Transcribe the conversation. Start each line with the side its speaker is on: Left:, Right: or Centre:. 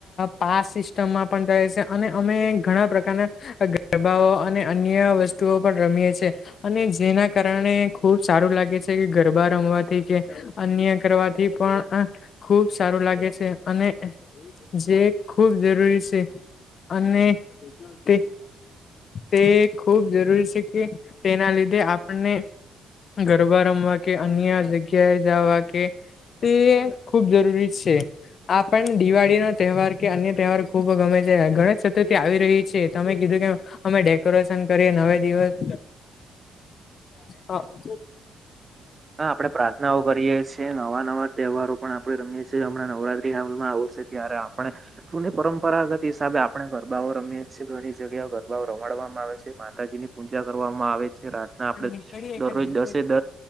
Left: પાસ સિસ્ટમમાં પણ થાય છે અને અમે ઘણા પ્રકારના ગરબાઓ અને અન્ય વસ્તુઓ પણ રમીએ છીએ અને જેના કારણે ખુબ સારું લાગે છે. ગરબા રમવાથી કે અન્ય કરવાથી પણ આ ખુબ સારું લાગે છે અને જે ખૂબ જરૂરી છે અને તે તે ખૂબ જરૂરી છે કે તેના લીધે આપણને ગર બા રમવા કે અન્ય જગ્યાએ જાવા કે તે ખુબ જરૂરી છે. આ પણ દિવાળી નો તહેવાર કે અન્ય તહેવાર ખુબ ગમે છે. ગણેશ ચતુર્થી આવી રહી છે, તમે કીધું તેમ અમે ડેકોરેશન કરીએ નવે દિવસ <unintelligible>
Right: હા, આપડે પ્રાર્થનાઓ કરીએ છે, નવા નવા તહેવારો પણ આપડે રમીએ છીએ. હમણાં નવરાત્રી હાલમાં આવશે ત્યારે આપણે જૂની પરંપરાગતી હિસાબે આપણે ગરબાઓ રમીએ છે. ઘણી જગ્યાએ ગરબાઓ રમાડવામાં આવે છે, માતાજી ની પૂજા કરવામાં આવે છે. રાતના આપડે
Left: નીકળીએ એકાદ
Right: દરરોજ
Left: દિવસે
Right: દસે એ દ,